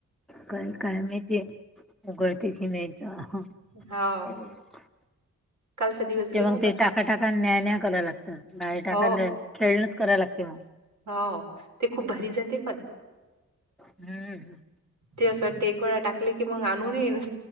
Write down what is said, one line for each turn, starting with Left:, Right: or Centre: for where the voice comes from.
Centre: कायणु काय माहिती उघडते की नाही तो
Right: हा
Centre: <inaudible>
Right: कालचा दिवस गेला
Centre: ते मग
Right: होता
Centre: ते
Right: चांग
Centre: टाका टाका न्या न्या कराव लागतात बायर टाका
Right: हो
Centre: खेळणंच कराय लागत म.
Right: हो ते खूप भारी जाते पण
Centre: हम्म
Right: ते असं वाटते एक वेळा टाकले की मग आणू नयेन.